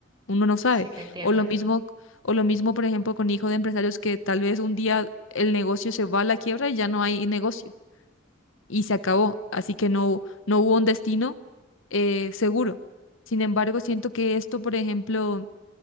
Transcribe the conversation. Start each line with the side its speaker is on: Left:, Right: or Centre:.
Left: uno no sabe.
Right: Sí te entiendo.
Left: O lo mismo, o lo mismo, por ejemplo, con hijo de empresarios que tal vez un día el negocio se va a la quiebra y ya no hay negocio y se acabó, así que no, no hubo un destino eh, seguro. Sin embargo, siento que esto, por ejemplo,